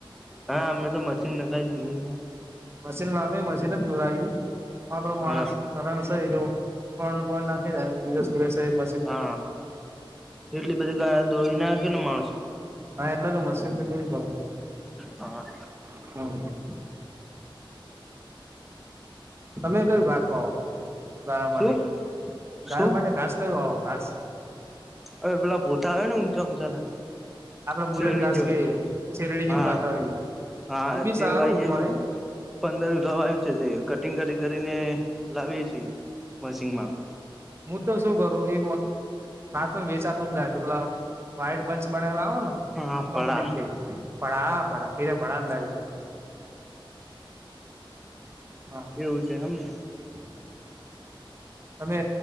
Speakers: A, in the centre; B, on the right.
A: હા, અમે તો મશીન નખાઈ દીધું ન.
B: મશીન લાવીએ, મશીન જ દોરાઈ એ પણ પેલો માણસ
A: હા
B: કરણ સ ઈરયો પણ બોન નાખી દે, બીજો સુરેશ છે ઈરયો.
A: હઅ, એટલી બધી ગાયો દોઈ ના હ કે ને માણસો.
B: હા, એટલે તો મશીનથી દોઈ કાઢવાનું.
A: હા.
B: <inaudible> તમે કયું ઘાસ વાવો? ગાયો
A: શું
B: માટે. ગાયો
A: શું
B: માટે ઘાસ ક્યુ વાવો ઘાસ?
A: હવે પેલા પોથા આવે ને ઊંચા-ઊંચા થાય.
B: આપડે બુલેટ
A: શેરડી
B: ઘાસ
A: જેવા
B: કઈએ, શેરડી
A: હા
B: જેવું ઘાસ આવે.
A: હા,
B: એ બી
A: તે
B: સારું
A: વાયે
B: મળે
A: છે. પંદર વીઘા વાયુ છે, તે કટિંગ કરી-કરીને લાવીએ છીએ મશીનમાં.
B: મુ તો શું કરું એમ ઘાસ ન વેચાતુ જ લાયો તો પેલા વાઈટ બંચ બનેલા આવન
A: હા પડા
B: કંપનીમ થી પણ આ ભળા એરયા ભળા જ લાયુ હા.
A: એવું છે એમને.
B: <inaudible> અને